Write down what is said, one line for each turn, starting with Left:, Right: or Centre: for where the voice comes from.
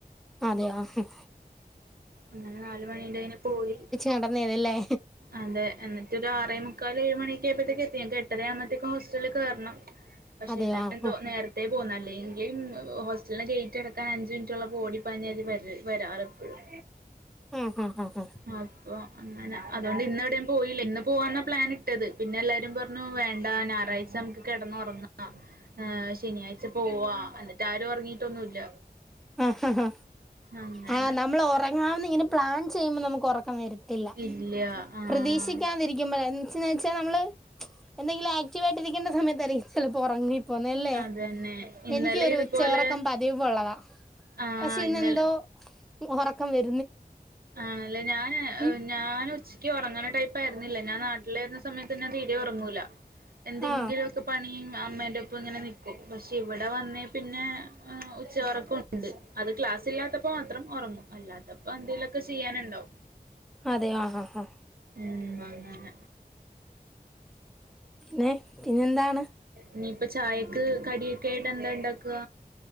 Centre: ആ അതെ ആ ഹും
Right: അങ്ങനെ നാലുമണീന്റെന് പോയി
Centre: നടന്നേതല്ലേ
Right: അതെ എന്നിട്ട് ഒരു ആറേ മു- മുക്കാല് ഏഴ് മണിക്കൊയ്പ്പോ ഴത്തേക്കും എത്തി ഞങ്ങക് എട്ടര ആവുമ്പോത്തേക്കും ഹോസ്റ്റല് കേറണം പക്ഷെ
Centre: അതെയോ
Right: ഇന്നലെ
Centre: ആ
Right: എന്തോ
Centre: ആ
Right: നേരത്തെ പോന്നല്ലേ എ <unintelligible> ഹോസ്റ്റലിന്റെ ഗേറ്റ് അടക്കാൻ അഞ്ച് മിനിറ്റുള്ളപ്പോ ഓടി പാഞ്ഞു <unintelligible> വരാറ് എപ്പോഴും
Centre: ആ ആ ആ ആ
Right: ഉ അപ്പൊ അങ്ങന അതോണ്ട് ഇന്ന് എവിടേം പോയില്ല ഇന്ന് പോവാന്ന പ്ലാൻ ഇട്ടത് പിന്നെ എല്ലാരും പറഞ്ഞു വേണ്ട ഞായറാഴ്ച നമുക്ക് കിടന്ന് ഒറങ്ങാ ആ ശനിയാഴ്ച്ച പോവാ അന്നിട്ട് ആരു ഒറങ്ങീട്ടൊന്നുല്ല
Centre: ആ ഹ ഹാ
Right: അങ്ങനെ.
Centre: ആ നമ്മള് ഒറങ്ങി - <unintelligible> ഇങ്ങെനെ പ്ലാൻ ചെയ്യ്പോ നമക്ക് ഒറക്ക് പ്പ വരത്തില്ല
Right: ഇല്ല ആഹ്.
Centre: പ്രതീക്ഷിക്കാതിരിക്കുമ്പഴെ ന്ത്‌ ന്ന് വെച്ചാ നമ്മള് എന്തെിലും ആക്റ്റീവ് ആയിട്ടിരിക്കേണ്ട സമയതായിരിക്കും ചിലപ്പോ ഉറങ്ങി -ന്നല്ലേ
Right: അതന്നെ. ഇന്നലെ
Centre: എനിക്ക് ഒരു
Right: ഇതുപോലെ
Centre: ഉച്ച ഉറക്കം പതിവ്ള്ളതാ
Right: ആഹ്
Centre: പക്ഷെ ഇന്നെന്തോ
Right: ഇന്നലെ
Centre: ഉറക്കം വര് -
Right: ആണല്ലേ ഞാന്
Centre: ഉം
Right: ഞാന് ഉച്ചക്ക് ഉറങ്ങണ ടൈം പ്പ ആരുന്നില്ല ഞാൻ നാട്ടിലായിരുന്ന സമയത്ത് ഞാൻ തീരെ ഒറങ്ങൂല എന്തെങ്കിലൊക്ക
Centre: ആ
Right: പണിയും ആ അമ്മേന്റെ ഒപ്പ ഇങ്ങനെ നിക്കും പക്ഷെ ഇവിടെ വന്നേ പിന്നെ അഹ് ഉച്ചയൊറക്ക ഉണ്ട് അത് ക്ലാസ്സില്ലാത്തപ്പോ മാത്രം ഒറങ്ങും അല്ലാത്ത വന്തേലൊക്കെ ചെയ്യാനുണ്ടോ
Centre: അതെയോ ആ ആ ആ
Right: ഉം വങ്ങന
Centre: നേ പിന്നെന്താണ്
Right: ഇനിയിപ്പ ചായക്ക് കടിയക്കെ ആയിട്ട് എന്താ ഉണ്ടാക്കുക